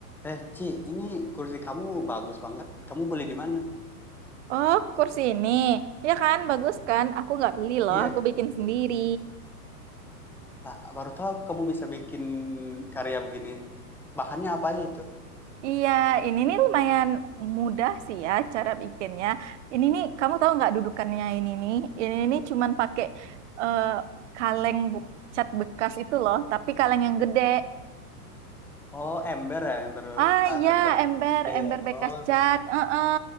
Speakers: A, in the centre; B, on the right.
A: Eh, Ci, ini kursi kamu bagus banget. Kamu beli di mana?
B: Oh, kursi ini. Ya kan, bagus kan? Aku nggak beli loh,
A: Iya.
B: aku bikin sendiri.
A: Nah, baru tahu aku kamu bisa bikin karya begini. Bahannya apa aja itu?
B: Iya, ini nih lumayan mudah sih ya cara bikinnya. Ini nih, kamu tahu nggak dudukannya ini nih? Ini nih cuman pakai eh, kaleng bu- cat bekas itu loh, tapi kaleng yang gede.
A: Oh, ember ya, ember
B: Ah
A: ka-
B: ya,
A: ember.
B: ember,
A: Iya,
B: ember bekas
A: Oh,
B: cat, eh eh,